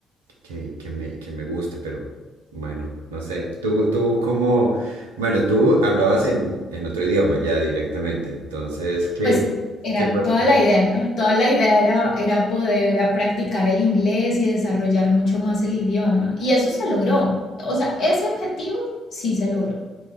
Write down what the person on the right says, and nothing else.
que, que me, que me guste, pero bueno, no sé. Tú, tú cómo bueno, tú hablabas en, en otro idioma ya directamente, entonces, ¿qué,
qué pasó
con
el
inglés?